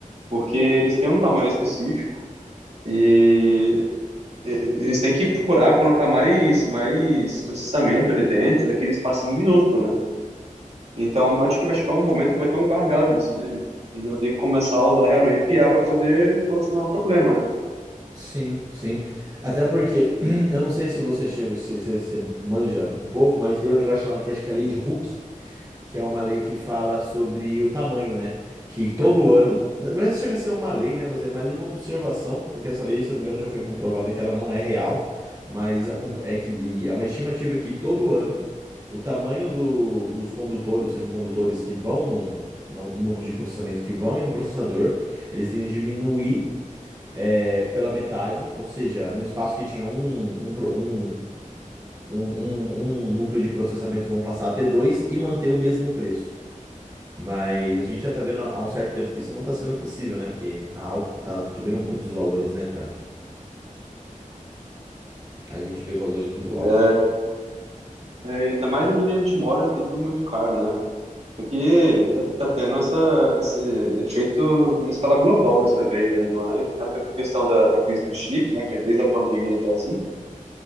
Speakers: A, on the right; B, on the right.
A: Porque eles têm um tamanho específico e e- eles têm que procurar colocar mais mais processamento ali dentro daquele espacinho minúsculo, né? Então, acho que vai chegar um momento que vai ter um gargalo nisso daí. Eles vão ter que começar a usar realmente I a para poder solucionar o problema, né?
B: Sim, sim. Até porque <clears throat> eu não sei se você chega, se você manja um pouco, mas tem um negócio chamado que acho que é a lei de Hooke, que é uma lei que fala sobre o tamanho, né? Que todo ano, n- não é se chega a ser uma lei, né? Mas é mais uma observação, porque essa lei, se eu não me engano, já foi comprovada que ela não é real, mas a com- é que é uma estimativa que todo ano o tamanho do- dos condutores, dos semicondutores que vão num, num núcleo de processamento que vão em um processador, eles tendem a diminuir é, pela metade, ou seja, no espaço que tinha um, um, pro- um um, um- um núcleo de processamento vão passar a ter dois e manter o mesmo preço. Mas a gente já tá vendo há há um certo tempo que isso não tá sendo possível, né? Porque a alta tá subindo muito os valores, né, cara? A gente vê valores muito
A: Pois
B: altos.
A: é. É, e ainda mais aqui onde a gente mora, é tudo muito caro, né? Aqui tá, tá tendo essa, esse efeito em escala global dessa vez mesmo, né? Na questão da, da crise dos chips, né? Que é desde a pandemia até assim.